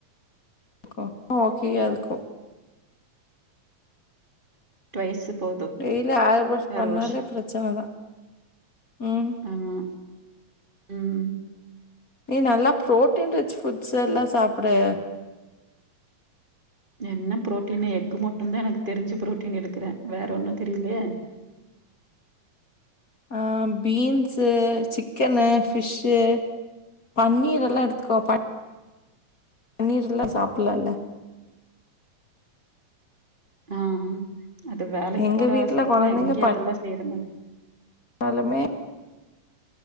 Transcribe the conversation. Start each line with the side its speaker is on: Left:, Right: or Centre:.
Left: கோ ஓகேயா இருக்கு
Right: ட்வைஸ்ஸு போது
Left: டெய்லி
Right: ஹேர்
Left: பண்ணாலே
Right: வாஷ்
Left: பிரச்சனை தான். ம்.
Right: ஆமா ம்
Left: நீ நல்லா ப்ரோட்டீன் ரிச் ஃபுட்ஸ் எல்லா சாப்புடு
Right: என்ன ப்ரோட்டீன் எக்கு மட்டுந்தா எனக்கு தெரிஞ்சு ப்ரோட்டீன் எடுக்கற வேற ஒன்னு தெரியலயே
Left: ஆ பீன்ஸு சிக்கனு ஃபிஷ்ஷு பன்னீர் எல்லா எடுத்துக்கோ பன் பன்னீர் எல்லா சாப்பிடலால்ல
Right: ஆ அது வேலைக்கு
Left: எங்க
Right: போற
Left: வீட்ல
Right: அவசரத்துல
Left: குழந்தைங்க
Right: எங்க அதெல்லா செய்யற மாரி
Left: தாலுமே